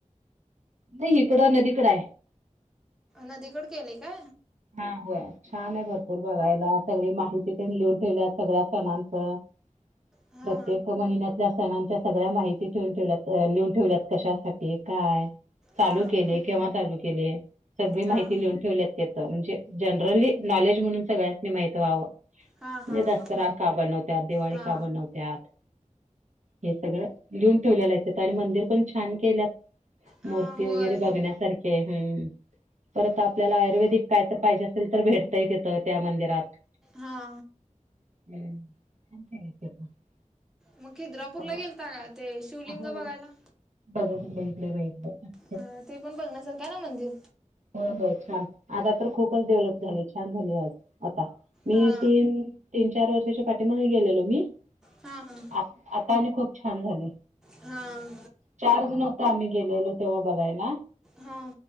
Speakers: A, on the right; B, in the centre.
A: नाही इकडं नदीकडं आहे
B: नदीकड केलेय का
A: हा हो छान आहे भरपूर बघायला सगळी माहिती त्यां लिहून ठेवल्या सगळ्या सणांचं
B: हा
A: प्रत्येक महिन्यातल्या सणांच्या सगळ्या माहिती ठेवून ठेवल्यात लिहून ठेवल्यात कशासाठी काय चालू
B: हा
A: केले केव्हा चालू केले सगळी
B: हा
A: माहिती
B: हा
A: लिहून ठेवल्यात तिथं म्हणजे जनरली नॉलेज म्हणून सगळ्या माहित ववं
B: हा हा
A: म्हणजे दसरा का बनवते दिवाळी
B: हा
A: का बनवते त्यात हे सगळं लिहून ठेवलेला आहे आणि मंदिर पण छान केल्यात
B: हा
A: मूर्ती
B: होय
A: वगैरे बघण्यासारखे हम् परत आपल्याला आयुर्वेदिक काय तर पाहिजे असेल तर भेटता येत येतं त्या मंदिरात
B: हा.
A: <unintelligible> <inaudible>
B: मग खिद्रापूरला
A: बघा
B: गेलता का? ते शिवलिंग
A: होय
B: बघायला?
A: <unintelligible> <inaudible>
B: हा, ते पण बघण्यासारखं आहे ना मंदिर.
A: हो, हो, छान आहे, आता तर खूपच डेव्हलप झालय, छान झालय आता. मी
B: हा
A: ते तीन-चार वर्षाच्या पाठीमागे गेलेलो मी,
B: हा हा
A: आ आता आणि खूप छान झाल
B: हा.
A: चार जण होतो, आम्ही गेलेलो तेव्हा बघायला.
B: हा.